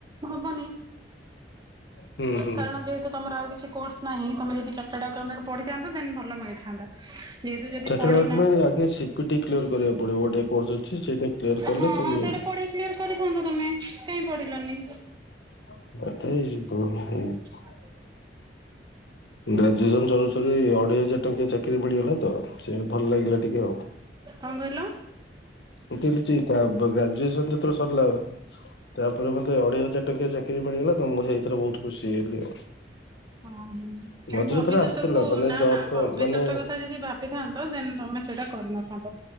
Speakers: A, on the right; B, on the left.
A: ହବନି
B: ହୁଁ ହୁଁ
A: କାରଣ ଯେହେତୁ ତମର ଆଉ କିଛି କୋର୍ସ ନାହିଁ। ତମେ ଯଦି ଚର୍ଟାଡ ଆକାଉଣ୍ଟଟେଡ୍ ପଢ଼ିଥାନ୍ତ। ଦେନ୍ ଭଲ ମିଳିଥାନ୍ତା। ଯେହେତୁ ଯଦି
B: ଚାର୍ଟାଡ
A: ପଢିନ
B: ଆକାଉଣ୍ଟ ଆଗେ ସିକ୍ୟୁରିଟି କ୍ଲିୟର୍ କରିବାକୁ ପଡିବ। ଗୋଟେ କୋର୍ସ ଅଛି। ସେଇଟାକୁ କ୍ଲିୟର୍ କଲେ
A: ହଁ
B: ତାପ
A: ହଁ ସେଇଟା ପଢ଼ିକି କ୍ଲିୟର୍ କରିଥାନ୍ତ। ତମେ କହିଁକି ପଢ଼ିଲାନି?
B: <unintelligible>
A: <inaudible>
B: ଗ୍ରାଜୁଏସନ୍ ସରୁ ସରୁ ଏ ଅଢ଼େଇ ହଜାର ଟଙ୍କିଆ ଚାକିରି ମିଳିଗଲା ତ ସେ ଭଲ୍ ଲାଗିଲା ଟିକେ ଆଉ।
A: କଣ କହିଲ?
B: ମୁଁ କହିଲି ଯେ କା ବ୍ ଗ୍ରାଜୁଏସନ୍ ଯେତେବେଳେ ସରିଲା ତାପରେ ମୋତେ ଅଢ଼େଇ ହଜାର ଟଙ୍କିଆ ଚାକିରି ମିଳିଗଲା ତ ମୁଁ ସେଇଥିରେ ବହୁତ ଖୁସି ହେଇ ଗଲି ଆଉ।
A: ହଁ ହୁଁ, ତେଣୁ
B: ମଝିରେ
A: ଭବିଷ୍ୟତ
B: ଥରେ ଆସିଥିଲା
A: କୁ
B: ମାନେ
A: ନା
B: ଜବ
A: ନା ଭବିଷ୍ୟତ
B: ମାନେ
A: କଥା ଯଦି ଭାବ ବିଥାନ୍ତ, ଦେନ୍ ତୋମେ ସେଇଟା କରି ନଥାନ୍ତ।